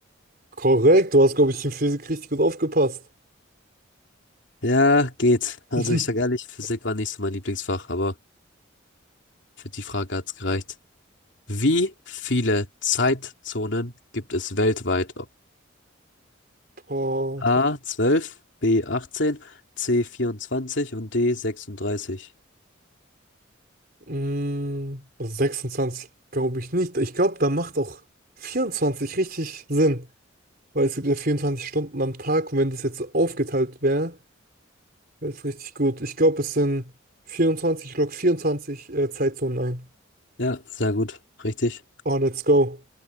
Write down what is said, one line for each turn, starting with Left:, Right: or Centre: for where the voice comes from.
Right: Korrekt, du hast, glaube ich, in Physik richtig gut aufgepasst.
Left: Ja, geht. Also
Right: <laughs>
Left: ich sage ehrlich, Physik war nicht so mein Lieblingsfach, aber für die Frage hat's gereicht. Wie viele Zeitzonen gibt es weltweit?
Right: Boah,
Left: A 12, B 18, C 24 und D 36.
Right: mh, also 26 glaube ich nicht. Ich glaube, da macht auch 24 richtig Sinn, weil es gibt ja 24 Stunden am Tag und wenn das jetzt so aufgeteilt wäre, Das ist richtig gut. Ich glaube, es sind 24 ich log 24 äh, Zeitzonen ein.
Left: Ja, sehr gut, richtig.
Right: Oh, let's go.